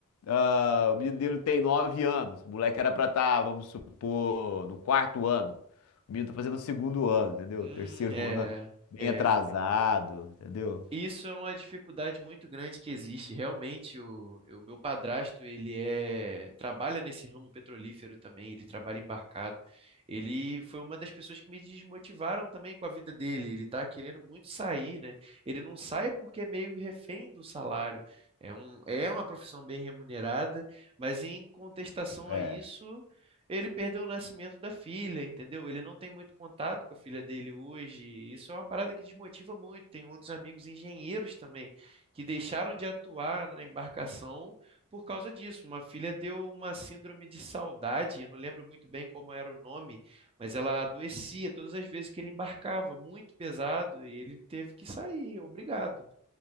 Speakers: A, on the left; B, on the right.
A: ah, o menino dele tem nove anos. O moleque era pra estar, vamos supor, no quarto ano. O menino tá fazendo o segundo ano, entendeu?
B: Hum,
A: Terceiro
B: é,
A: <laughs> ano. Bem
B: é.
A: atrasado, entendeu?
B: Isso é uma dificuldade muito grande que existe. Realmente, o, o meu padrasto, ele é, trabalha nesse ramo petrolífero também, ele trabalha embarcado. Ele foi uma das pessoas que me desmotivaram também com a vida dele. Ele está querendo muito sair, né? Ele não sai porque é meio refém do salário. É um, é uma profissão bem remunerada, mas em contestação
A: É.
B: a isso, ele perdeu o nascimento da filha, entendeu? Ele não tem muito contato com a filha dele hoje. Isso é uma parada que desmotiva muito. Tem outros amigos engenheiros também que deixaram de atuar na embarcação por causa disso. Uma filha deu uma síndrome de saudade, eu não lembro muito bem como era o nome, mas ela adoecia todas as vezes que ele embarcava, muito pesado, e ele teve que sair, obrigado.